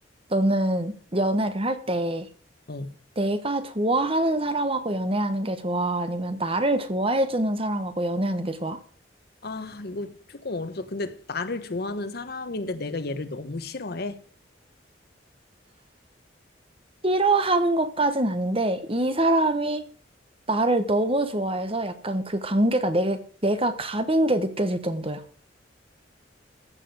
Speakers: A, on the right; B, on the left.
A: 너는 연애를 할때
B: 어.
A: 내가 좋아하는 사람하고 연애하는 게 좋아? 아니면 나를 좋아해주는 사람하고 연애하는 게 좋아?
B: 아, 이거 조금 어렵다. 근데 나를 좋아하는 사람인데 내가 얘를 너무 싫어해.
A: 싫어하는 것까진 아닌데, 이 사람이 나를 너무 좋아해서 약간 그 관계가 내, 내가 갑인 게 느껴질 정도야.